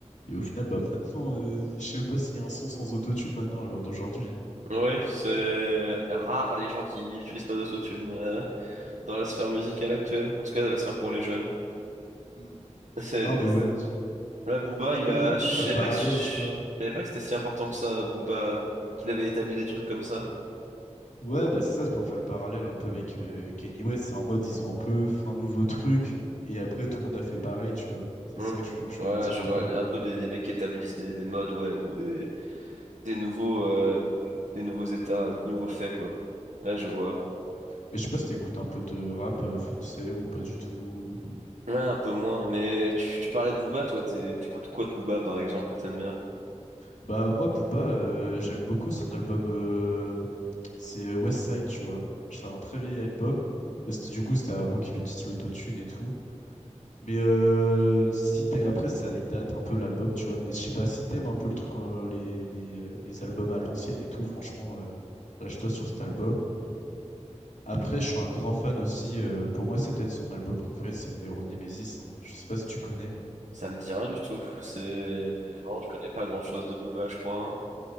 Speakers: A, on the left (about 85°); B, on the right (about 85°).
A: Et au final, bah <laughs> maintenant, euh, je sais même pas s'il y a un son sans autotune maintenant, à l'heure d'aujourd'hui. hein.
B: Oui, c'est rare les gens qui utilisent pas d'autotune euh, dans la sphère musicale actuelle, en tout cas dans la sphère pour les jeunes.
A: Hmm.
B: <laughs>
A: Non, mais ouais.
B: Là, Booba,
A: Je
B: il
A: connais
B: a.
A: pour
B: Je
A: faire
B: savais
A: le parallèle,
B: pas que je
A: tu vois.
B: savais pas que c'était si important que ça, Booba, qu'il avait établi des trucs comme ça.
A: Ouais, bah c'est ça, c'est pour faire le parallèle un peu avec euh, Kanye West. C'est en mode, ils ont un peu fait un nouveau truc, et après, tout le monde a fait pareil, tu vois. C'est
B: Hum.
A: ça que je, je
B: Ouais,
A: voulais dire
B: je
A: un
B: vois
A: peu.
B: un peu des, des mecs qui établissent des, des modes, ouais, ou des, des nouveaux euh, des nouveaux états, des nouveaux faits, quoi. Là,
A: Mm.
B: je vois.
A: Mais je sais pas si t'écoutes un peu de rap euh, français ou pas du tout. ou-
B: Ouais, un peu moins. Mais tu, tu parlais de Booba, toi, t'é- t'écoutes quoi de Booba, par exemple, que t'aimes bien?
A: Bah, moi, Booba, euh, j'aime beaucoup son album. euh, C'est euh, West Side, tu vois. C'est un très vieil album. Euh, C'était, du coup, c'était avant qu'il utilise l'autotune et tout. Mais euh, si t'es après ça il date un peu l'album tu vois mais je sais pas si t'aimes un peu le truc euh, les, les, euh, les albums à l'ancienne et tout franchement euh, lâche-toi sur cet album. Après je suis un grand fan aussi euh, pour moi c'est peut-être son album préféré c'est Nero Nemesis hein. Je sais pas si tu connais.
B: Ça me dit rien du tout. C'est vraiment, je connais pas grand-chose de Booba, je crois. hein.